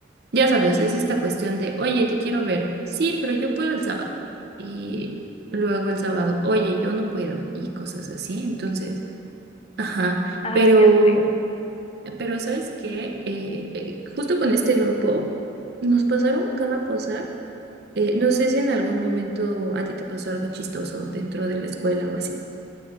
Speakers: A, on the right; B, on the left.
A: Ya sabes, es esta cuestión de, oye, te quiero ver. Sí, pero yo puedo el sábado. Y luego el sábado, oye, yo no puedo y cosas así. Entonces, ajá,
B: Ah,
A: pero,
B: ya sé.
A: pero ¿sabes qué? Eh, eh, justo con este grupo nos pasaron cada cosa. Eh, no sé si en algún momento a ti te pasó algo chistoso dentro de la escuela o así.